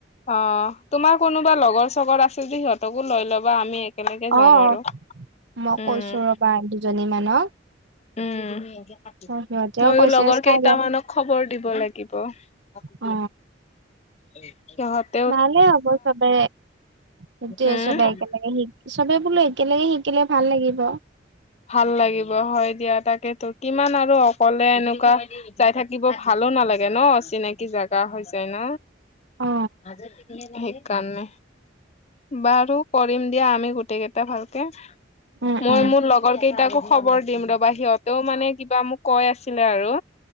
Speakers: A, on the left; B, on the right.
A: অ অ তোমাৰ কোনোবা লগৰ-চগৰ আছে যদি সিহঁতকো লৈ ল'বা আমি একেলগে যাম
B: অ অ
A: আৰু উম
B: মই কৈছো ৰবা দুজনী মানক।
A: উম উ উ উ বৰলীয়া আজি আঠ কেজি
B: সিহঁতেও
A: মইয়ো
B: কৈছে
A: লগৰ
B: চাই
A: কেইটামানক
B: লওঁ
A: খবৰ দিব লাগিব। <unintelligible> চু
B: অ
A: এই এই সিহঁত
B: ভালে হ'ব চবে সেইটোৱে
A: উম
B: চবে একেলগে শিক চবে বোলো একেলগে শিকিলে ভাল লাগিব।
A: ভাল লাগিব হয় দিয়া তাকেতো কিমান আৰু অকলে এনেকুৱা হয় দি চাই থাকিব ভালো নালাগে ন চিনাকি জাগা হৈছে। তাই ন
B: অ
A: আজিৰ কেইদিনে সেইকাৰণে বাৰু কৰিম দিয়া আমি গোটেই কেইটা ভালকে আ আ
B: উম
A: মই
B: উম
A: মোৰ লগ কেইটাকো খবৰ দিম ৰবা সিহঁতেও মানে কিবা মোক কৈ আছিলে আৰু